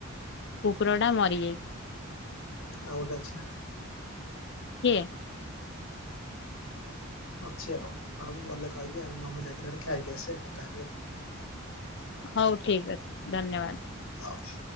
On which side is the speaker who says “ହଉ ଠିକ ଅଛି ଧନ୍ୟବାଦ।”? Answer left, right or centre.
Left